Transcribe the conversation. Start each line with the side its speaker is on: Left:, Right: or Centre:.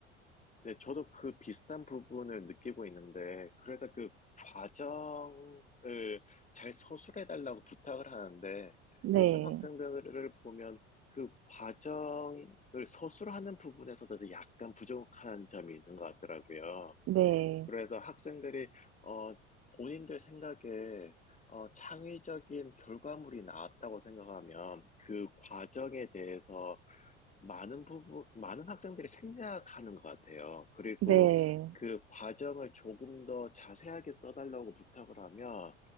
Left: 네, 저도 그 비슷한 부분을 느끼고 있는데, 그래서 그 과정을 잘 서술해달라고 부탁을 하는데,
Right: 네.
Left: 요즘 학생들을 보면 그 과정을 서술하는 부분에서도 약간 부족한 점이 있는 것 같더라고요.
Right: 네.
Left: 그래서 학생들이, 어, 본인들 생각에, 어, 창의적인 결과물이 나왔다고 생각하면 그 과정에 대해서 많은 부분, 많은 학생들이 생략하는 것 같아요. 그리고
Right: 네.
Left: 그 과정을 조금 더 자세하게 써달라고 부탁을 하면,